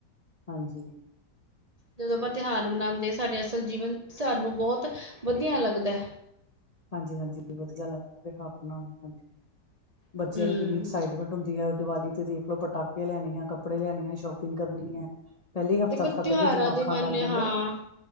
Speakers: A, on the left; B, on the right.
A: ਹਾਂਜੀ
B: ਜਦੋਂ ਆਪਾਂ ਤਿਉਹਾਰ ਮਨਾਉਂਦੇ, ਸਾਡੇ ਅਸਲ ਜੀਵਨ ਸਾਨੂੰ ਬਹੁਤ ਵਧੀਆ ਲੱਗਦਾ।
A: ਹਾਂਜੀ ਹਾਂਜੀ ਵਧੀਆ ਲੱਗਦਾ, ਹ ਬ ਬੱਚਿਆਂ
B: ਹਮ
A: ਦੀ ਕਿੰਨੀ ਐਕਸਾਈਟਮੈਂਟ ਹੁੰਦੀ ਹੈ ਦੀਵਾਲੀ ਤੇ ਦੇਖਲੋ, ਪਟਾਕੇ ਲੈਣੇ ਆ, ਕੱਪੜੇ ਲੈਣੇ ਆ, ਸ਼ੋਪਿੰਗ ਕਰਨੀ ਹੈ। ਪਹਿਲੇ ਹੀ ਹਫ਼ਤਾ
B: ਦੇਖੋ
A: ਹਫ਼ਤਾ ਪਹਿਲੇ
B: ਤਿਉਹਾਰਾਂ
A: ਦਿਮਾਗ
B: ਦੇ
A: ਖਾਣ
B: ਬਹਾਨੇ
A: ਲੱਗ ਜਾਂਦੇ
B: ਹਾਂ,